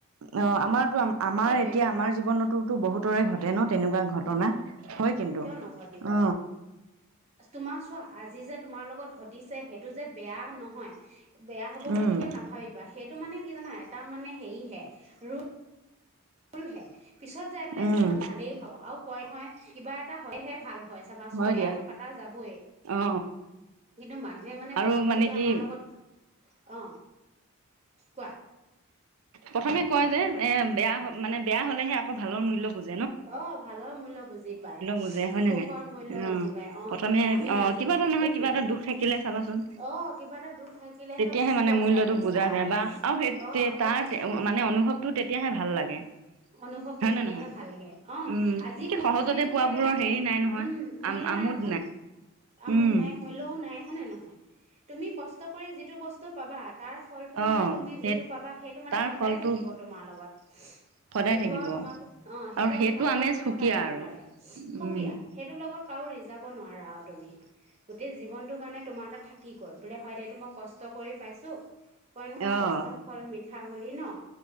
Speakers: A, on the right (about 70°); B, on the right (about 30°).
A: অ আমাৰতো আমাৰ
B: সেইটোৱে।
A: এতিয়া আমাৰ জীৱনততো বহুত ৰে ঘটে ন তেনেকুৱা ঘট টনা হয় কিন্তু।
B: নঘিব
A: অ
B: তোমাৰ চোৱা আজি যে তোমাৰ লগত ঘটিছে টোযে বেয়া নহয়। বেয়া হ'ব
A: উম
B: বুলি কেতিয়াও নাভাবিবা সেই এইটো মানে কি জানা এটা মানে হেৰিহে ৰ ফুল হে পিছত যাই পেলাই
A: উম
B: কি সময়ত ভালেই হব আৰু কয় নহয় কিবা এটা হয়হে ভাল হয় চাবাচোন
A: হয়
B: বেয়াতটো
A: দিয়া
B: কটা যাবই
A: অ
B: কিন্তু মানুহে মানে
A: আৰু
B: প্ৰথম
A: মানে
B: যেতিয়া
A: কি
B: আমাৰ লগত অ কোৱা
A: প্ৰথমে কয় যে এ বেয়া মানে বেয়া হলেহে আকৌ ভালৰ মূল্য বুজি
B: অ ভালৰ মূল্য বুজি পাই
A: বুজে হয়
B: সুখৰ
A: নে নাই
B: মূল্য
A: অ
B: বুজি পাই অ
A: প্ৰথমে
B: আমি
A: অ
B: আজি
A: কিবা এটা নহয়
B: সেইটয়ে
A: কিবা এটা
B: সেইটোয়ে
A: দুখ থাকিলে চাবাচোন
B: অ কিবা এটা দুখ থাকিলেহে
A: তেতিয়াহে
B: বুজি
A: মানে
B: পোৱা
A: মূল্যটো
B: যায় বুজিছা
A: বুজা যায় বা আৰু
B: অ
A: সেই
B: সেইটয়ে
A: তাৰ মানে অনুভৱটো তেতিয়াহে ভাল লাগে।
B: অনুভৱটো
A: হয়
B: তেতিয়াহে
A: নে নহয়
B: ভাল লাগে অ
A: উম,
B: আজি
A: কি
B: মোৰ
A: সহজতে
B: লগত যিটো
A: পোৱাবোৰৰ
B: হৈ আছে
A: হেৰি নাই নহয়
B: উম
A: আম
B: মূল্য
A: আমোদ
B: নাই নহয় আমোদ
A: উম,
B: নাই মূল্যও নাই হয়নে নহয় তুমি কষ্ট কৰি যিটো বস্ টো পাবা তাৰ ফলটো
A: অ',
B: মানে তুমি
A: সেই
B: যিটো পাবা সেইটো মানে
A: তাৰ
B: সদায়
A: ফলটো
B: থাকিব তোমাৰ লগত
A: সদায়
B: সেইটো
A: থাকিব
B: আও তোমাৰ পৰা অ সেইটো
A: আৰু
B: আও তোমাৰ পৰা
A: আমেজ
B: কোনেও
A: সুকীয়া
B: কাঢ়িব
A: আৰু
B: নোৱাৰে সুকীয়া
A: উম,
B: সেইটো লগত কাও ৰিজাব নোৱাৰা আও তুমি গোটেই জীৱনটো কাৰণে তোমাৰ এটা থাকি গ'ল বোলে হয় দে এইটো মই কষ্ট কৰি পাইছো কই নহয়
A: অ',
B: কষ্ট ফল মি পিঠা বুলি ন।